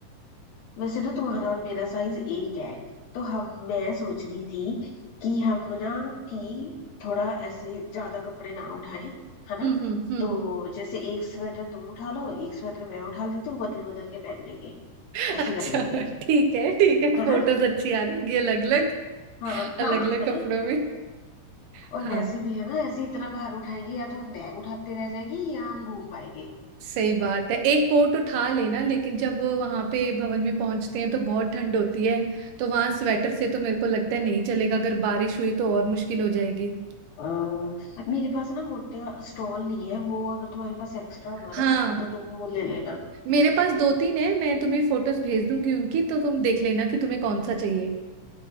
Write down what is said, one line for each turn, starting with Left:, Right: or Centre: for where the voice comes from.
Left: वैसे ना तुम्हारा और मेरा साइज एक है तो हम मैं सोच रही थी कि हम ना कि थोड़ा ऐसे ज्यादा कपड़े ना उठाएं है
Right: हम्म
Left: ना
Right: हम्म हम्म
Left: तो जैसे एक स्वेटर तुम उठा लो एक स्वेटर मैं उठा लेती हूँ बदल बदल के पहन लेंगे
Right: <laughs>
Left: ऐसे
Right: अच्छा
Left: कर लेते हैं
Right: ठीक है ठीक है फोटोज
Left: है ना
Right: अच्छी आ जाएंगी अलग अलग
Left: हाँ
Right: अलग
Left: हाँ
Right: अलग
Left: है
Right: कपड़ों
Left: ना
Right: में हाँ
Left: और वैसे भी है ना ऐसे इतना भार उठाएंगे या तो हम बैग उठाते रह जाएंगे या हम घूम पाएंगे
Right: सही बात है एक कोट उठा लेना लेकिन जब वहां पे भवन में पहुंचते हैं तो बहुत ठंड होती है तो वहां स्वेटर से तो मेरे को लगता है नहीं चलेगा अगर बारिश हुई तो और मुश्किल हो जाएगी
Left: अ, मेरे पास ना मोटा स्टॉल नहीं है वो अगर तुम्हारे पास एक्स्ट्रा हुआ
Right: हाँ
Left: ना तो तुम वो ले लेना
Right: मेरे पास दो तीन है मैं तुम्हें फोटोज भेज दूंगी उनकी तो तुम देख लेना कि तुम्हें कौन सा चाहिए